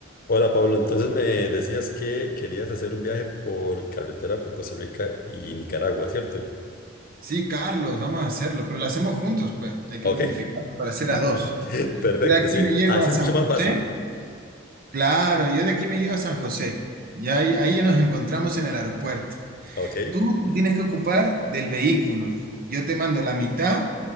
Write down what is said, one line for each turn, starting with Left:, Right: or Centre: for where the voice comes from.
Left: Hola Pablo, entonces me decías que querías hacer un viaje por carretera por Costa Rica y Nicaragua, ¿cierto?
Right: Sí, Carlos, vamos a hacerlo, pero lo hacemos juntos, pues. Hay
Left: Ok,
Right: que planificar para hacer
Left: <laughs>
Right: a dos. Yo
Left: perfecto,
Right: de aquí
Left: sí,
Right: me llevo
Left: así
Right: a
Left: es
Right: San
Left: mucho más
Right: José.
Left: fácil.
Right: Claro, yo de aquí me llevo a San José. Ya ahí, ahí ya nos encontramos en el aeropuerto.
Left: Ok,
Right: Tú te tienes que ocupar del vehículo. Yo te mando la mitad